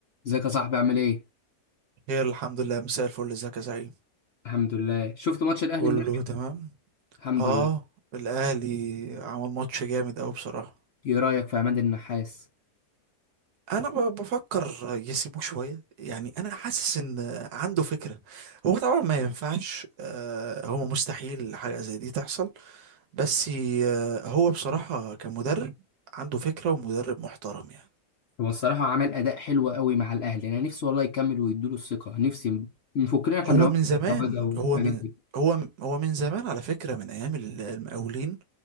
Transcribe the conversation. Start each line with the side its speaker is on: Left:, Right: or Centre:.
Left: ازيك يا صاحبي عامل ايه؟
Right: هي الحمد لله مساء الفل ازيك يا زعيم
Left: الحمد لله شفت ماتش الاهلي
Right: كله
Left: امبارح؟
Right: تمام
Left: الحمد
Right: اه
Left: لله
Right: الاهلي عمل ماتش جامد قوي بصراحه
Left: ايه رايك في عماد النحاس؟
Right: انا ب- بفكر يسيبوه شويه يعني انا حاسس ان عنده فكره هو طبعا ما ينفعش آه هو مستحيل حاجه زي دي تحصل بس آه هو بصراحه كمدرب عنده فكره ومدرب محترم يعني
Left: هو الصراحه عمل اداء حلو قوي مع الاهلي انا نفسي والله يكمل ويدوله الثقه نفسي نفكنا احنا
Right: هو
Left: من العمر
Right: من زمان
Left: التواجع والحاجات
Right: هو من
Left: دي
Right: هو هو من زمان على فكره من ايام ال- المقاولين